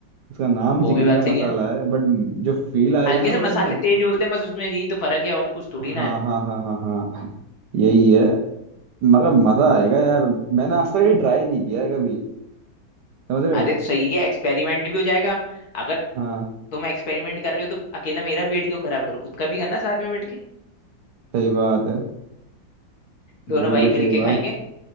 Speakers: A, on the right; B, on the left.
A: इसका नाम
B: वो
A: चिकन
B: भी बात
A: का मसाला
B: सही है
A: है बट जो फील आएगा
B: हल्के
A: ना
B: से मसाले
A: तुम्हें
B: तेज होते हैं बस उसमें यही तो फर्क है और कुछ थोड़ी
A: हाँ
B: ना है
A: हाँ हाँ हाँ हाँ यही है मगर मजा आएगा यार मैंने आज तक ये ट्राई नहीं किया है कभी समझ रहे
B: अरे
A: हो
B: तो सही है एक्सपेरिमेंट भी हो जाएगा अगर
A: हाँ
B: तुम एक्सपेरिमेंट कर रहे हो तो अकेला मेरा पेट क्यों खराब करो खुद का भी करना साथ में बैठ के
A: सही बात है
B: दोनों
A: बिल्कुल
B: भाई मिलके
A: सही
B: खाएंगे
A: बात